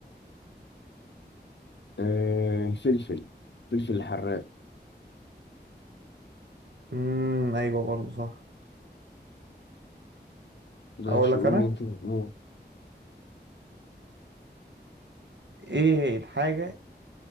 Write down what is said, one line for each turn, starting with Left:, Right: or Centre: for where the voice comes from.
Left: آه الفلفل الفلفل الحراق
Right: امم ايوه برضو صح
Left: ماشي
Right: اقول لك
Left: قول
Right: انا
Left: انت بتقول
Right: ايه الحاجة